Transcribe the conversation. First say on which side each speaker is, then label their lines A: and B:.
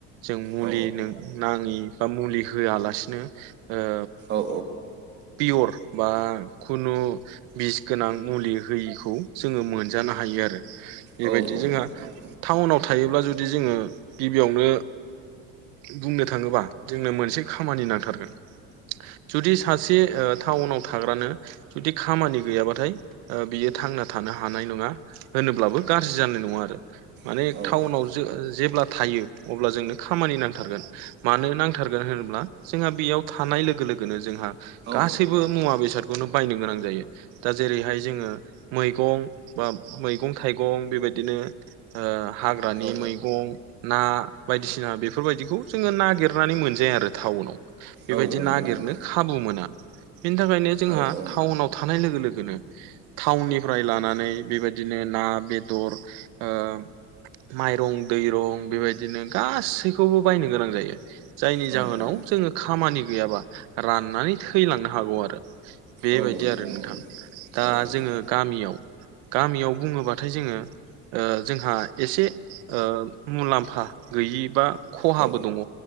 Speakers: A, on the right; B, on the right.
A: जों मुलि
B: औ
A: नों नाङि बा मुलि होआलासिनो ओ
B: औ
A: पियर बा खुनु बिस गोनां मुलि होयिखौ जोङो मोनजानो हायो आरो।
B: नोंथां
A: एबायदि जोंहा
B: औ औ
A: टाउनाव थायोब्ला जुदि जोङो गिबियावनो बुंनो थाङोबा जोंनो मोनसे खामानि नांथारगोन। जुदि सासे ओ टाउनाव थाग्रानो जुदि खामानि गैयाबाथाय ओ बियो थांना थानो हानाय नङा होनोब्लाबो गाज्रि जानाय नङा आरो। माने
B: औ
A: टाउनाव जो जेब्ला थायो अब्ला जोंनो खामानि नांथारगोन। मानो नांथारगोन होनोब्ला जोंहा बेयाव थानाय लोगो लोगोनो जोंहा
B: औ
A: गासैबो मुवा बेसादखौनो बायनो गोनां जायो। दा जेरैहाय जोङो मैगं बा मैगं थाइगं बेबायदिनो ओ हाग्रानि
B: औ
A: मैगं ना बायदिसिना बेफोरबायदिखौ जोङो नागिरनानै मोनजाया आरो टाउनाव। बेबायदि
B: औ नंगौ
A: नागेरनो खाबु मोना। बेनि थाखायनो जोंहा
B: औ औ
A: टाउनाव थानाय लोगो लोगोनो टाउननि फ्राय लानानै बेबायदिनो ना बेदर ओ माइरं दैरं बेबायदिनो गासैखौबो बायनो गोनां जायो। जायनि
B: औ
A: जाहोनाव
B: नोंथां औ
A: जोङो खामानि गैयाबा राननानै थैलांनो हागौ आरो। बेबायदि
B: औ
A: आरो नोंथां
B: औ
A: दा
B: औ नोंथां
A: जोङो गामियाव गामियाव बुङोब्लाथाय जोङो ओ जोंहा एसे ओ मुलाम्फा गैयि बा खहाबो
B: औ
A: दङ'।